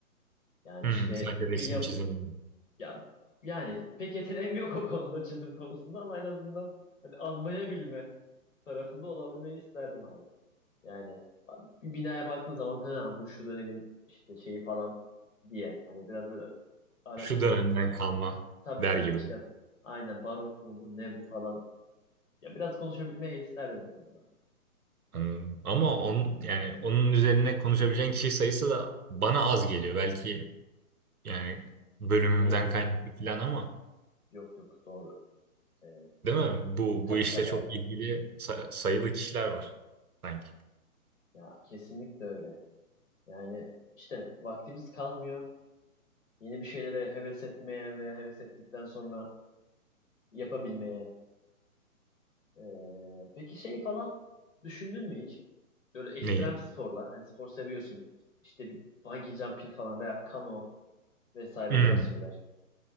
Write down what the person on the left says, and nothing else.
Yani
işte
bir
yapı
ya yani pek yeteneğim yok o konuda çizim konusunda ama en azından hani anlayabilme tarafında olabilmeyi isterdim abi. Yani bir binaya baktığın zaman ha bu şu dönemin işte şeyi falan diye hani biraz böyle araştırıp
tabii
tabii
işte aynen barok mu bu ne bu falan ya biraz konuşabilmeyi isterdim o konuda.
Doğru.
Yok yok doğru. Ee,
tabii
tabii
abi.
Ya kesinlikle öyle. Yani işte vaktimiz kalmıyor. Yeni bir şeylere heves etmeye veya heves ettikten sonra yapabilmeye. Ee, peki şey falan düşündün mü hiç? böyle ekstrem
sporlar. Hani spor seviyorsun. İşte bir bungee jumping falan veya kano vesaire
o tarz şeyler.